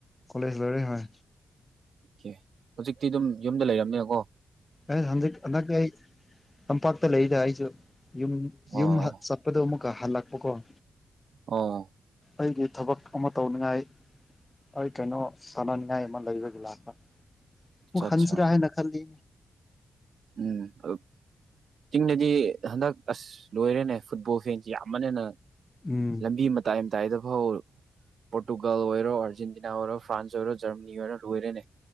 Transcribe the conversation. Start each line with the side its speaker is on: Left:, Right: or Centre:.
Left: ꯀꯣꯂꯦꯖ ꯂꯣꯏꯔꯦ ꯍꯣꯏ꯫
Right: ꯀꯦ ꯍꯧꯖꯤꯛꯇꯤ ꯑꯗꯨꯝ ꯌꯨꯝꯗ ꯂꯩꯔꯝꯅꯤꯅꯀꯣ꯫
Left: ꯑꯦ ꯍꯟꯗꯛ ꯍꯟꯗꯛꯇꯤ ꯑꯩ ꯇꯝꯄꯥꯛꯇ ꯂꯩꯗ ꯑꯩꯁꯨ ꯌꯨꯝ
Right: ꯑꯣ
Left: ꯌꯨꯝ ꯍꯟ ꯆꯠ ꯄꯗꯣ ꯑꯃꯨꯛꯀ ꯍꯜꯂꯛꯄꯀꯣ꯫
Right: ꯑꯣ
Left: ꯑꯩꯒꯤ ꯊꯕꯛ ꯑꯃ ꯇꯧꯅꯤꯡꯉꯥꯏ ꯑꯩ ꯀꯩꯅꯣ ꯁꯥꯟꯅꯅꯤꯡꯉꯥꯏ ꯑꯃ ꯂꯩꯕꯒꯤ ꯂꯥꯛꯄ
Right: ꯑꯠꯆꯥ
Left: ꯃꯨꯛ
Right: ꯑꯠꯆꯥ
Left: ꯍꯟꯁꯤꯔꯥ ꯍꯥꯏꯅ ꯈꯜꯂꯤ꯫
Right: ꯎꯝ ꯆꯤꯡꯗꯗꯤ ꯍꯟꯗꯛ ꯑꯁ ꯂꯣꯏꯔꯦꯅꯦ ꯐꯨꯠꯕꯣꯜ ꯐꯦꯟꯁꯤꯦ ꯌꯥꯝꯕꯅꯦꯅ
Left: ꯎꯝ
Right: ꯂꯝꯕꯤ ꯃꯇꯥꯏ ꯃꯇꯥꯏꯗ ꯐꯥꯎ ꯄꯣꯣꯔꯇꯨꯒꯜ ꯑꯣꯏꯔ ꯑꯔꯖꯦꯟꯇꯤꯅꯥ ꯑꯣꯏꯔꯣ ꯐ꯭ꯔꯥꯟꯁ ꯑꯣꯏꯔ ꯖꯃꯅꯤ ꯑꯣꯏꯔꯨ ꯂꯧꯔꯦꯟ